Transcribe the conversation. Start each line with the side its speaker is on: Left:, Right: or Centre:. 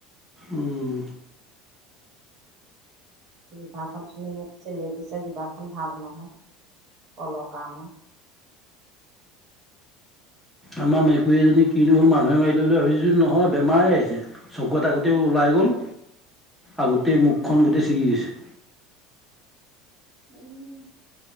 Centre: উম,
Right: জিভাৰখন চুই মোক চেলেকিছে জিভাখন ভাল নহয় কলৰ কাৰণে।
Centre: আমাৰ মেকুৰী এজনী কিনো হ'ল মানুহে মাৰিলৈ বুলি ভাবিছোঁ, নহয় বেমাৰে আহিছে। চকু এটা গোটেই ওলাই গ'ল আগ গোটেই মুখখন
Right: অ,
Centre: গোটেই চিগি গৈছে।
Right: উম।